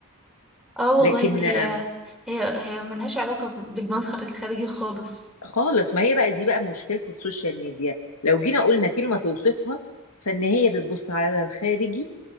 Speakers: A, in the centre; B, on the left.
A: اه والله
B: لكن
A: هي
B: آم،
A: هي هي ملهاش علاقة بالمظهر الخارجي خالص
B: خالص ما هي بقى دي بقى مشكلة السوشيال ميديا لو جينا قلنا كلمة توصفها فان هي بتبص على الخارجي